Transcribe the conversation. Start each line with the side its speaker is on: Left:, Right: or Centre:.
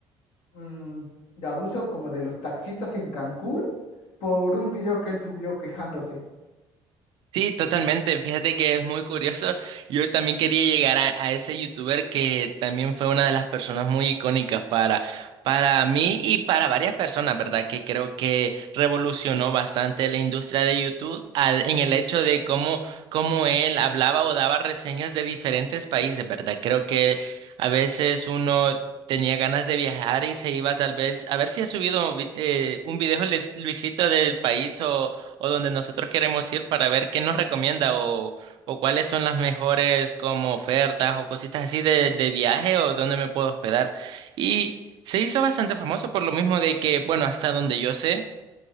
Left: mm, de abuso como de los taxistas en Cancún por un video que él subió quejándose.
Right: Sí, totalmente. Fíjate que es muy curioso. Yo también quería llegar a, a ese youtuber que también fue una de las personas muy icónicas para, para mí y para varias personas, ¿verdad? Que creo que revolucionó bastante la industria de YouTube al- en el hecho de cómo, cómo él hablaba o daba reseñas de diferentes países, ¿verdad? Creo que a veces uno tenía ganas de viajar y se iba tal vez a ver si ha subido vi- eh, un video Luis- Luisito del país o donde nosotros queremos ir para ver qué nos recomienda o, o cuáles son las mejores como ofertas o cositas así de, de viaje o dónde me puedo hospedar. Y se hizo bastante famoso por lo mismo de que, bueno, hasta donde yo sé,